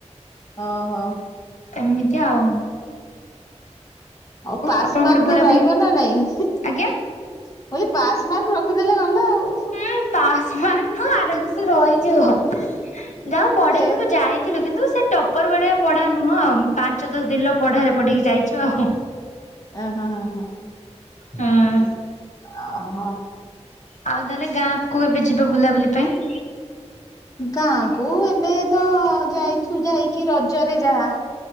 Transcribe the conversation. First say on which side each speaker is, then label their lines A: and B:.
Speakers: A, on the left; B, on the left.
A: ଅହଃ।
B: ଏମିତି ଆଉ।
A: ଆଉ ପାସ
B: ଆପଣ
A: ମାର୍କ
B: ଗୋଟେ ବୁଲାବୁଲି
A: ତ ରହିବ ନା ନାଇଁ?
B: ଆଜ୍ଞା
A: ମୁଁ କହିଲି ପାସ ମାର୍କ ରଖିଦେଲେ ଗଲା ଆଉ।
B: ହୁଁ ପାସ୍ ମାର୍କ ନୁହଁ ଆରାମସେ ରହିଯିବ। ଯାହା ହେଉ ପଢିକି
A: ସେ
B: କିନ୍ତୁ ଯାଇ ଥିଲୁ। କିନ୍ତୁ ସେ ଟପର ଭଳିଆ ପଢ଼ା ନୁହଁ ଆଉ, ପାଞ୍ଚଦଶ ଦିନର ପଢା ପଢିକି ଯାଇଛୁ ଆଉ।
A: ଅ ହଁ ହ ହଁ।
B: ହଁ।
A: ଅହୋ।
B: ଆଉ ତାହେଲେ ଗାଁ କୁ କେବେ ଯିବ ବୁଲାବୁଲି ପାଇଁ?
A: ଗାଁ କୁ ଏବେ ତ ଯାଇଥିଲୁ ଯାଇକି ରଜରେ ଯାହା।